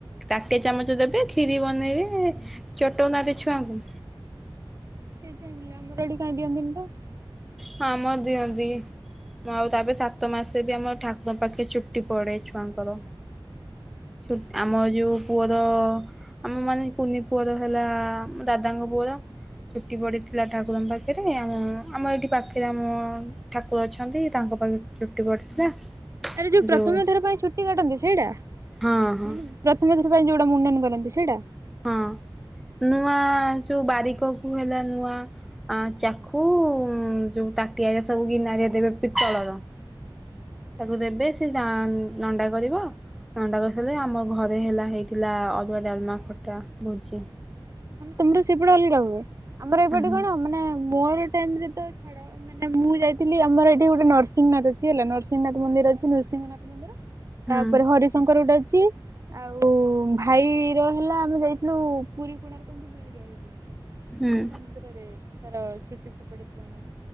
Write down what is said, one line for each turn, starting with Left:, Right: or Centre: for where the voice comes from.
Centre: ତାଟିଆ, ଚାମଚ ଦେବେ। ଖିରି ବନେଇବେ ଚଟଉ ନାହାନ୍ତି ଛୁଆଙ୍କୁ।
Right: କିଏ ଜାଣିଲା ଆମର ଏଠି କାଇଁ ଦିଅନ୍ତିନି ତ।
Centre: ହଁ ଆମର ଦିଅନ୍ତି। ମୁଁ ଆଉ ତାପରେ ସାତ ମାସେ ବି ଆମ ଠାକରଙ୍କ ପାଖେ ଚୁଟି ପଡେ ଛୁଆଙ୍କର। ହୁଁ ଆମ ଯୋଉଁ ପୁଅର। ଆମ ମାନେ କୁନି ପୁଅର ହେଲା ଦାଦାଙ୍କ ପୁଅର। ଚୁଟି ପଡିଥିଲା ଠାକୁରଙ୍କ ପାଖରେ ଆମ୍ ଆମ ଏଠି ପାଖ। ଏଥି ଆମ ଠାକୁର ଅଛନ୍ତି ତାଙ୍କ ପାଖରେ ଚୁଟି ପଡିଥିଲା।
Right: ଆରେ ଯୋଉଁ ପ୍ରଥମ
Centre: ଯୋଉ
Right: ଥର ପାଇଁ ଛୁଟି କାଟନ୍ତି ସେଇଟା
Centre: ହଁ ହଁ
Right: ଉଁ। ପ୍ରଥମଥର ପାଇଁ ଯୋଉଟା ମୁଣ୍ଡନ କରନ୍ତି ସେଇଟା।
Centre: ହଁ ନୂଆ ଯୋଉଁ ବାରିକ କୁ ହେଲା ନୂଆ। ଆ ଚାଖୁ ଯୋଉଁ ତାଟିଆ ସବୁ ଗିନାରେ ଦେବେ ପିତଳର।
Right: <unintelligible>
Centre: ସବୁ ଦେବେ ସେ ଜାନ। ନଣ୍ଡା କରିବ ନଣ୍ଡା କରିସାରିଲେ ଆମ ଘରେ ହେଲା ହେଇଥିଲା ଅରୁଆ, ଡାଲମା ଖ ଟା ଭୋଜି
Right: ତମର ସେପଟେ ଅଲଗା ହୁଏ ଆମର
Centre: ହୁଁ
Right: ଏପଟେ କଣ ମାନେ ମୋର ଟାଇମ୍ ଯେତେବେଳେ ଛାଡ଼ ନାଁ ମୁ ଯାଇଥିଲି ଆମର ଏଠି ଗୋଟେ ନରସିଂହନାଥ ଅଛି ହେଲା ନରସିଂହନାଥ ମନ୍ଦିର ଅଛି ନରସିଂହନାଥ ମନ୍ଦିର
Centre: ହୁଁ
Right: ତାପରେ ହରିଶଙ୍କର ଗୋଟେ ଅଛି। ଆଉ ଭାଇ ରହିଲା ଆମେ ଯାଇଥିଲୁ ପୁରୀ କୋଣାର୍କ ବୁଲିକି ଆଇଲୁ।
Centre: ହୁଁ
Right: ମାନେ ସମୁଦ୍ରରେ ତାର ଚୁଟି ଫୋପାଡିଥିଲା ନା